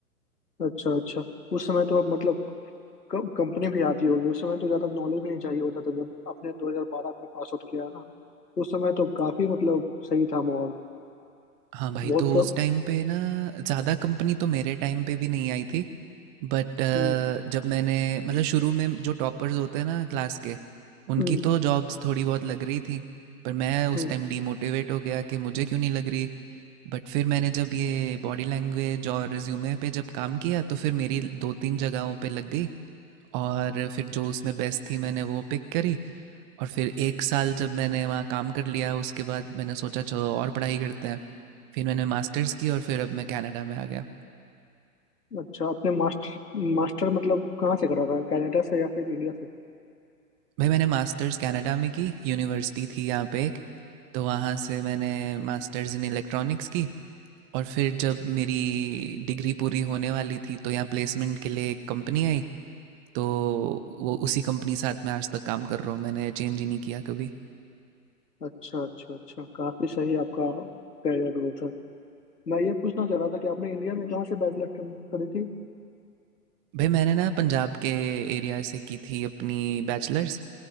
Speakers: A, on the left (about 80°); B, on the right (about 35°).
A: अच्छा अच्छा उस समय तो अब मतलब कम- कंपनी भी आती होगी उस समय तो ज्यादा नॉलेज भी नहीं चाहिए होता था जब आपने 2012 में पास आउट किया ना उस समय तो काफी मतलब सही था माहौल
B: हाँ भाई,
A: बहुत
B: तो
A: कम
B: उस टाइम पे ना ज़्यादा कंपनी तो मेरे टाइम पे भी नहीं आई थी। बट अ,
A: हम्म
B: जब मैंने मतलब शुरू में जो टॉपर्स होते हैं ना क्लास के, उनकी
A: हम्म
B: तो जॉब्स थोड़ी बहुत लग रही थी। पर मैं उस
A: हम्म।
B: टाइम डीमोटिवेट हो गया कि मुझे क्यों नहीं लग रही। बट फिर मैंने जब ये बॉडी लैंग्वेज और रिज्यूमे पे जब काम किया तो फिर मेरी 2-3 जगहों पे लग गई और फिर जो उसमें बेस्ट थी मैंने वो पिक करी। और फिर एक साल जब मैंने वहाँ काम कर लिया उसके बाद मैंने सोचा चलो और पढ़ाई करते हैं फिर मैंने मास्टर्स की और फिर अब मैं कनाडा में आ गया
A: अच्छा आपने मास्टर मास्टर मतलब कहाँ से करा था कनाडा से या फिर इंडिया से
B: भाई मैंने मास्टर्स कनाडा में की यूनिवर्सिटी थी यहाँ पे एक तो वहाँ से मैंने मास्टर्स इन इलेक्ट्रॉनिक्स की और फिर जब मेरी डिग्री पूरी होने वाली थी तो यहाँ प्लेसमेंट के लिए एक कंपनी आई तो वो उसी कंपनी साथ में आज तक काम कर रहा हूँ मैंने चेंज ही नहीं किया कभी
A: अच्छा अच्छा अच्छा काफी सही आपका करियर ग्रोथ है मैं ये पूछना चाह रहा था कि आपने इंडिया में कहाँ से बैचलर कर, करी थी
B: भाई मैंने ना पंजाब के एरिया से की थी अपनी बैचलर्स